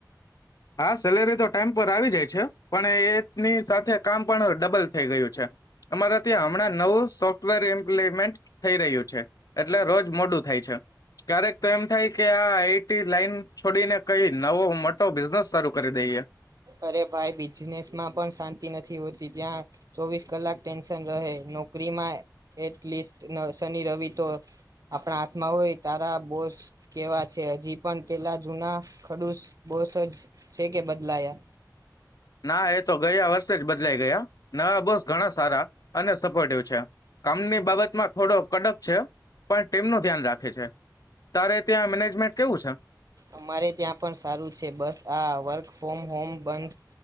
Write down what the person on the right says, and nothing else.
અરે ભાઈ બિઝનસમાં પણ શાંતિ નથી હોતી ત્યાં ચોવીસ કલાક ટેન્શન રહે. નોકરીમાં એટલીસ્ટ શનિ, રવિ તો આપણા હાથમાં હોય. તારા બોસ કેવા છે હજી પણ પેલા જૂના ખડુસ બોસ જ છે કે બદ લાયા
અમારે ત્યાં પણ સારું છે. બસ આ વર્ક ફ્રોમ હોમ બંધ